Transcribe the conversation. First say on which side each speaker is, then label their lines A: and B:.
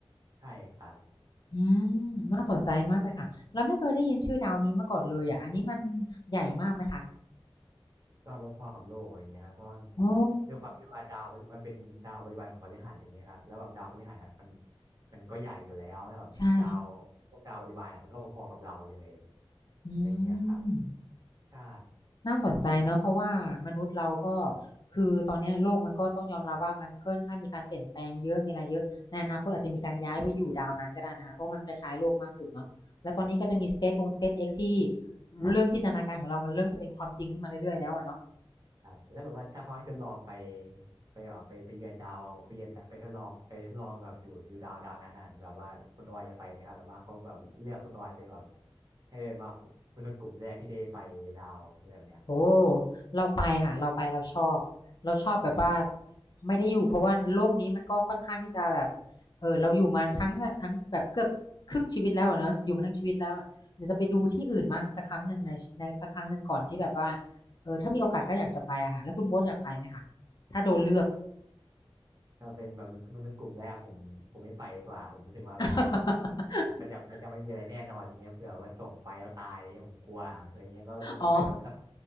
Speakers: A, on the right; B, on the left.
A: ใช่ครับ
B: อืมน่าสนใจมากเลยค่ะเราไม่เคยได้ยินชื่อดาวนี้มาก่อนเลยอะอันนี้มันใหญ่มากไหมคะ
A: ก็พอๆกับโลกอะไรเงี้ยครับเพราะว่า
B: โอ้
A: ด้วยอความมที่ว่าดาวมันมันเป็นดาวบริวารของพฤหัสอะไรเงี้ยครับแล้วแบบดาวพฤหัสอ่ะมันมันก็ใหญ่อยู่แล้วแล้วแบบดาวพวกดาวบริวารอ่ะมันก็พอๆกับเราเลย
B: ใช่ๆอื
A: อะไรเงี้ยครับ
B: ม
A: ใช่
B: น่าสนใจเนาะเพราะว่ามนุษย์เราก็คือตอนเนี้ยโลกมันก็ต้องยอมรับว่ามันค่อนข้างมีการเปลี่ยนแปลงเยอะมีอะไรเยอะ ในอนาคตอาจจะมีการย้ายไปอยู่ดาวนั้นก็ได้นะคะ เพราะมันคล้ายๆโลกมากสุดเนาะแล้วตอนนี้ก็จะมี Space อง SpaceX ที่เรื่องจินตนาการของเรามันเริ่มจะเป็นความจริงขึ้นมาเรื่อยๆแล้วอะเนาะ
A: ครับแล้วแบบว่าถ้าเขาให้ทดลองไปไปแบบไปไปเยือนดาวไปเยือนดาไปทดลองไปทดลองแบบอยู่อยู่ดาวดาวนั้นอ่ะแบบว่าคุณออยจะไปไหมครับแบบว่าเขาแบบเลือกคุณออยไปแบบให้เป็นว่ามนุษย์กลุ่มแรกที่ได้ไปดาวอะไรแบบเนี้ย
B: โอ้เราไปค่ะเราไปเราชอบเราชอบแบบว่าไม่ได้อยู่เพราะว่าโลกนี้มันก็ค่อนข้างที่จะแบบเออเราอยู่มาทั้งทั้งแบบเกือบครึ่งชีวิตแล้วอะเนอะอยู่มาทั้งชีวิตแล้วอะเดี๋ยวจะไปดูที่อื่นมั่งสักครั้งหนึ่งในในสักครั้งหนึ่งก่อนที่แบบว่าเออถ้ามีโอกาสก็อยากจะไปอะค่ะแล้วคุณมดอยากไปไหมคะถ้าโดนเลือก
A: ถ้าเป็นแบบมนุษย์กลุ่มแรกผมผมไม่ไปดีกว่าผมรู้สึกว่าแบบว่า
B: <laughs>
A: มันมันยังมันยังไม่มีอะไรแน่นอนอะไรเงี้ยเผื่อว่าส่งไปแล้วตายอะไรเงี้ยผมกลัวอะไรเงี้ยก็เลยไปแบบสัก
B: อ๋อ